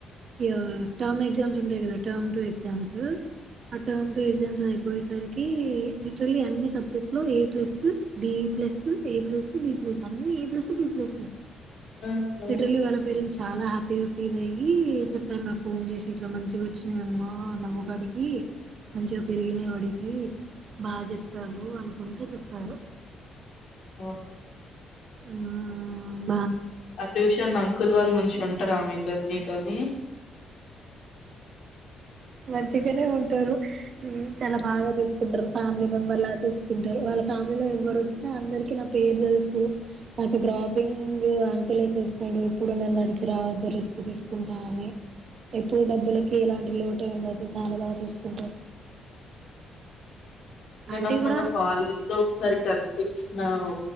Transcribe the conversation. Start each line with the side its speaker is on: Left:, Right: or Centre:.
Right: ఇగ టర్మ్ ఎగ్జామ్స్ ఉంటాయి కదా టర్మ్ టు ఎగజమ్స్ ఉ ఆ టర్మ్ టు ఎగ్జామ్స్ అయిపోయేసరికి లిటర్లీ అన్ని సబ్ సబ్జెక్ట్లో A plus B plus A plus B plus అన్ని ఏ ప్లస్ బీ ప్లస్లే
Left: ఆహా
Right: లిటరలీ వాళ్ళ పేరెంట్స్ చాలా హ్యాపీగా ఫీల్ అయి చెప్పారు నాకు ఫోన్ చేసి ఇట్లా మంచిగా వచ్చినాయమ్మ నవ్వుకాడికి మంచిగా పెరిగినవాడి కి బాగా చెప్ తావు వు అనుకుంట చెప్పారు
Left: ఓ
Right: ఆ ఆ ఆ
Left: ఆ ట్యూషన్ అంకుల్ వాల్ మునుషుం టరా మీతో నీతోని
Right: మంచిగానే ఉంటారు చాలా బాగా చూసుకుంటారు ఫ్యామిలీ మెంబర్ లా చూసుకుంటారు వాళ్ళ ఫ్యామిలీలో ఎవ్వరు వచ్చినా అందరికి నా పేరు తెలుసు నాకు డ్రాపింగ్ అంకులే చూస్తాడు ఇప్పుడు నన్ రావదు రిస్క్ తీసుకుంటా అని ఎప్పుడు డబ్బులకి ఇలాంటి లోటు ట్టే ఉండదు చాలా బాగా చూసుకుంటారు ఆంటీ
Left: నాకు మొన్న
Right: కూడా
Left: కాలేజ్ లో ఒకసారి కనిపి నావ్